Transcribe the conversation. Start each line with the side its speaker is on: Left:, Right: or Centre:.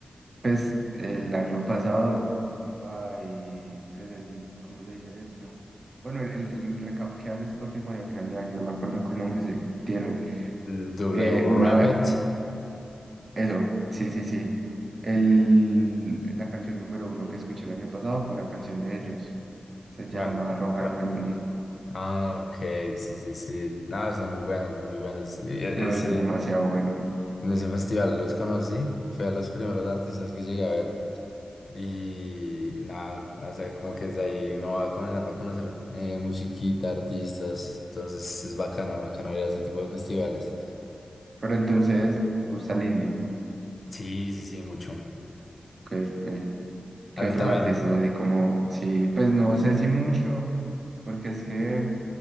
Right: pues el año pasado mi Spotify y pues el, ¿cómo se dice esto? Bueno, el, el recap que hace Spotify a final de año, no me acuerdo qué nombre se tiene.
Left: W
Right: Eh, una,
Left: Rapid.
Right: eso, sí, sí, sí. El, la canción número uno que escuché el año pasado fue una canción de ellos. Se llama
Left: Well,
Right: Rohan
Left: ra-
Right: Wembley.
Left: Ah, ok, sí, sí, sí. No, son muy buenos, muy buenos. Y e-
Right: No,
Left: ese,
Right: eso es demasiado bueno.
Left: en ese festival los conocí. Fue a los primeros artistas que llegué a ver. Y nada, o sea, como que desde ahí uno va comenzando a conocer eh, musiquita, artistas. Entonces es bacano, bacano ir a ese tipo de festivales.
Right: Pero entonces, ¿a ti te gusta el indie?
Left: Sí, sí, sí, mucho.
Right: que, que- que
Left: A ti
Right: otros
Left: también.
Right: artistas así como, sí, pues no sé si mucho, porque es que,